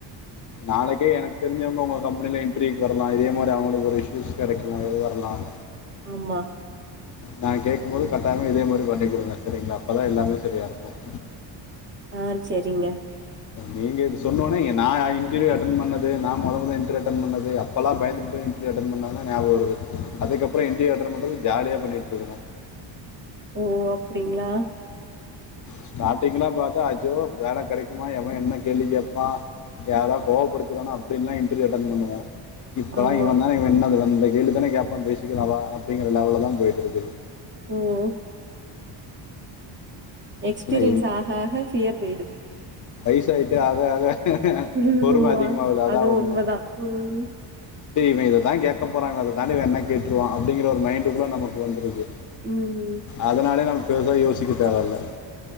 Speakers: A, on the left; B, on the right.
A: நாளைக்கே எனக்கு தெரிஞ்சவுங்க உங்க கம்பெனில இன்டர்வியூக்கு வரலாம் இதே மாரி அவுங்களுக்கு ஒரு இஷயூஸ் கெடைக்கலாம் எது வரலாம்
B: ஆமா
A: நா கேக்கும் போது கட்டாயமா இதே மாரி பண்ணி குடுங்க சரிங்களா அப்பதா எல்லாமே சரியா இருக்கும்
B: ஆ சேரிங்க
A: நீங்க இது சொன்னோன்னே நா இன்டர்வியூ அட்டென் பண்ணது நா மொத மொத இன்டர்வியு அட்டன் பண்ணது அப்பெல்லாம் பயந்துகிட்டு இன்டர்வியூ அட்டன் பன்னதுதா ஞாபம் வருது அதுக்கப்புறம் இன்டர்வியூ அட்டன் பண்றது ஜாலியா பண்ணிட்டு இருக்குறோ
B: ஓ அப்டிங்களா
A: ஸ்டார்டிங்ல்ல பாத்தா அஜ்யோ வேல கெடைக்குமா எவ என்ன கேள்வி கேப்பா யாராவது கோவப்படுத்திருவானா அப்டின்லாம் இன்டர்வியூ அட்டன் பண்ணுவோம் இப்பெல்லாம்
B: ஆமா
A: இவன் தா இவன் என்ன பேசுறான் இந்த கேள்வி தானே கேப்பான் பேசிக்கல வா அப்டிங்கிற லெவல தான் போயிட்டு இருக்குது
B: ம் எக்ஸ்பீரியன்ஸ்
A: ஏன்னா
B: ஆக ஆக ஃபியர் பேயிடுது
A: வயசாயிட்டு ஆக ஆக
B: ம்
A: பொறும
B: ஓ
A: அதிகமாகுதுல அதான்
B: அது
A: ஒண்ணு
B: உண்மதா ம்
A: டி இவன் இத தான் கேக்க போறா இவன் அத தாண்டி இவ என்ன கேட்டுருவான் அப்டிங்கிற ஒரு மைண்டு கூட நமக்கு வந்துருது
B: ம் ம்
A: அதனாலே நம்ம பெருசா யோசிக்க தேவயில்ல